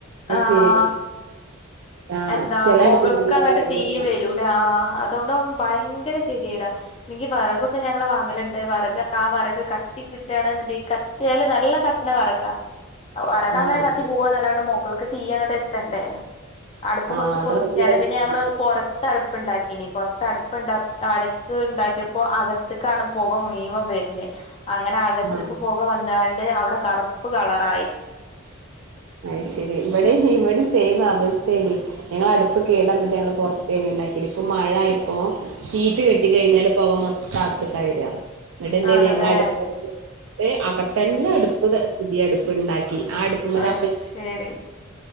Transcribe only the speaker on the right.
ശരി ആഹ്
ചെല
അടുപ്പിന് നല്ല
വെറകുണ്ടാവും
ആഹ്
ആഹ്
അത്
വലിയ അടുപ്പായിരിക്കും
ആഹ്
അയ്ശെരി ഇവടേം ഹിവടേം സെയിംമ് അവസ്ഥേനി ഞങ്ങള് അടുപ്പ് കേട്‌ വന്നിട്ട് ഞങ്ങള് പൊറത്തേന് ഇണ്ടാക്കിനെ ഇപ്പൊ മഴ ആയപ്പോ ഷീറ്റ് കെട്ടി കഴിഞ്ഞാല് പൊക മൊത്തം അകത്ത്ക്കാ വെരാ ഇവ്ടൊണ്ടൊര്
ഞങ്ങള് അടുപ്പ് ര് അകത്തന്നെ അടുപ്പ്ത് പുതിയ അടുപ്പ് ഇണ്ടാക്കി ആഹ് അടുപ്പ്മേല്